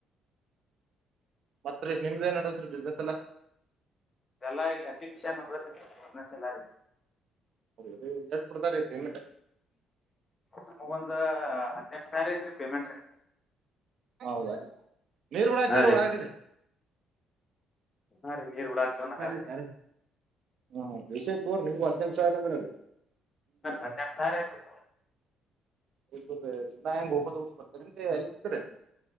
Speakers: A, on the right (about 55°); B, on the left (about 35°).
A: ಮತ್ತ ನಿಮ್ದ ಏನ್ಡದ್ರೀ ಬಿಸ್ನೆಸ್ ಎಲ್ಲಾ
B: ಅದೆಲ್ಲ ಇಲ್ಲಿಷ ಮಸಲ್ಲ ರೀ
A: ಹೌೀ ಹೇ ಕೊಡ್ತಾರೆ ಐ
B: ನಮಗೊಂದ ಹದ್ನನೆಂಟ ಸಾವಿರ ಐತೆನ ಪೇಮೆಂಟ್ ರೀ
A: ಹೌದ ನೀರ್ ಬಿೂಡಐತಾರ
B: ಹಾ ರೀ
A: ಒಳಡಿ
B: ಹಾ ರೀ ನೀರ್ ಬಿಡಾತ್ರಿ ಅಂದಂಗ
A: ಆಯ್ತ
B: ಆತ್ರಿ
A: ಅ ಹ ಬೇಷ ಆಐತ ತೋ್ರಿ ನಿಮ್ಗೆ ಹದ್ಎಟು ಸಾವಿರ ಅಂದ್ರ ರೀ
B: ಹದ್ಎಟು ಸಾವಿರ ಐತ್ ರೀ
A: ಇ ನಾ ಹೆಂಗಗೆ ಹೋಗಬದು ಹೋಗ ಬರ್ತಾರೇನ್ರಿ ಅಲ್ಲಿ ಇರ್ತರಿ